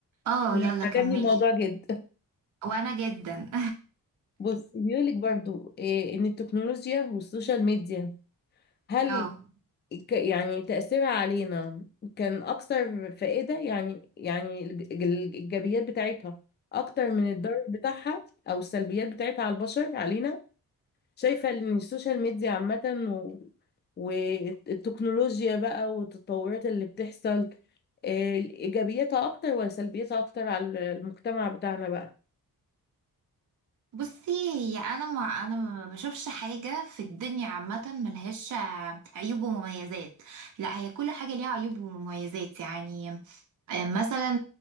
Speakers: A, on the right; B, on the left.
A: اه
B: لا،
A: يلا
B: عجبني
A: كملي
B: الموضوع جدا
A: وانا جدا <laughs>
B: بص بيقولك برضو إيه ان التكنولوجيا والسوشيال ميديا هل
A: اه
B: ك يعني تأثيرها علينا كان اكثر فائدة يعني يعني الج- الج- الايجابيات بتاعتها اكتر من الضرر بتاعها او السلبيات بتاعتها على البشر علينا شايفة ان السوشيال ميديا عامة و... والتكنولوجيا بقى والتطورات اللي بتحصل إيه ايجابياتها اكتر ولا سلبياتها اكتر على المجتمع بتاعنا بقى
A: بصي هي انا ما انا ما بشوفش حاجه في الدنيا عامه ملهاش عيوب ومميزات لا هي كل حاجه ليها عيوب ومميزات يعني آه، مثلا